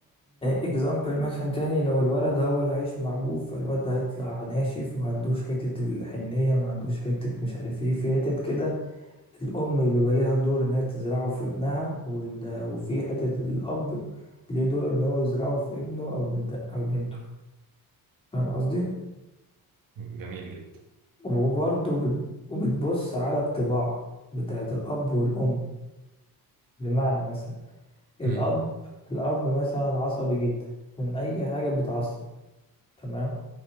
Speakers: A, on the left; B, on the right.
A: اكزامبل مثلا تاني لو الولد هو اللي عايش مع ابوه فالواد ده هيطلع ناشف ما عندوش حتة الحنية ما عندوش حتة مش عارف ايه في حتت كده الام بيبقى ليها دور ان هي تزرعه في ابنها وال... وفي حتة الاب ليه دور ان هو يزرعه في ابنه او بنت او بنته فاهم قصدي
B: جميل جدا
A: وبرضه بت... وبتبص على الطباع بتاعت الاب والام بمعنى مثلا الأب
B: مم.
A: الأب مثلا عصبي جدا من أي حاجة بيتعصب تمام